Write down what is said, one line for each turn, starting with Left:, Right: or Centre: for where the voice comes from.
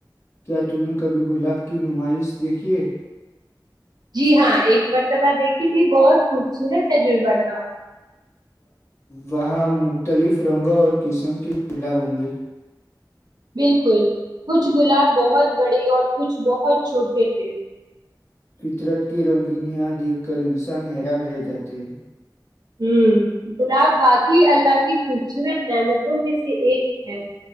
Left: کیا تمہیں کبھی گلاب کی نمائش دیکھیے؟
Right: جی ہاں ایک مرتبہ دیکھی تھی بہت خوبصورت تجربہ تھا
Left: وہاں مختلف رنگوں اور قسم کے گلاب ہوں گے
Right: بالکل کچھ گلاب بہت بڑے اور کچھ بہت چھوٹے تھے
Left: فطرت کی رنگینیاں دیکھ کر انسان حیران رہ جاتے ہیں
Right: ہ گلاب واقی اللہ کی خوبصورت نعمتوں میں سے ایک ہے